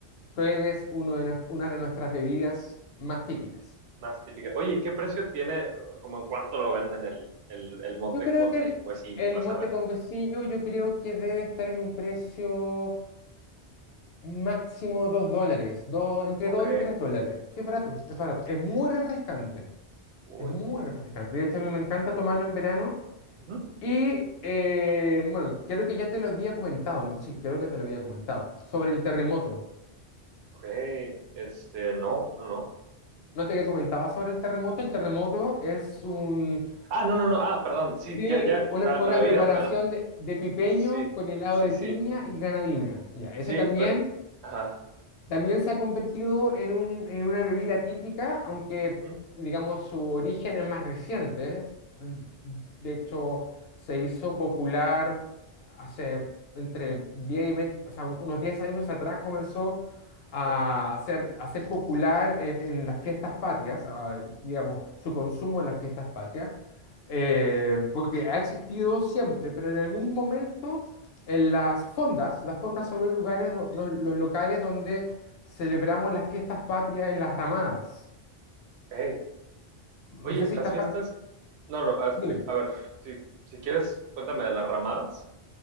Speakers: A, on the left; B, on the right.
A: pruebes uno de, nues- una de nuestras bebidas más típicas.
B: más típica. Oye, ¿y qué precio tiene, como en cuánto lo venden el, el, el mote
A: Yo creo
B: con
A: que el,
B: huesillo?
A: el
B: Vas
A: mote
B: a ver.
A: con huesillo, yo creo que debe estar en un precio máximo 2 dólares, dos- entre
B: Ok,
A: dos y tres dólares. Sí, es barato, es barato. Es muy refrescante,
B: uy.
A: es muy refrescante. De hecho, a mí me encanta tomarlo en verano
B: Ujú,
A: Y eh, bueno, creo que ya te lo había comentado, ¿no? sí, creo que te lo había comentado, sobre el terremoto.
B: Ok, este, no, no, no.
A: No te había comentado sobre el terremoto. El terremoto es un,
B: Ah, no, no, no, ah, perdón, sí,
A: sí,
B: ya, ya,
A: una,
B: la,
A: una
B: la bebida,
A: preparación
B: pero
A: de, de pipeño
B: sí,
A: con helado
B: sí,
A: de
B: sí,
A: piña y granadina. Ya, eso
B: sí,
A: también
B: pero, ajá.
A: También se ha convertido en un- en una bebida típica, aunque
B: ujú,
A: digamos su origen es más reciente. De hecho, se hizo popular hace entre diez y veinte o sea, un- unos 10 años atrás comenzó
B: ok,
A: a ser, a ser popular en, en las fiestas patrias, a- digamos, su consumo en las fiestas patrias, eh,
B: ok,
A: porque ha existido siempre, pero en algún momento en las fondas, las fondas son los lugares, do- los, los locales donde celebramos las fiestas patrias en las ramadas.
B: ok.
A: No
B: Oye,
A: sé
B: las
A: si está...
B: fiestas.
A: fa-
B: No, no, a,
A: Dime.
B: a ver, si, si quieres, cuéntame de las ramadas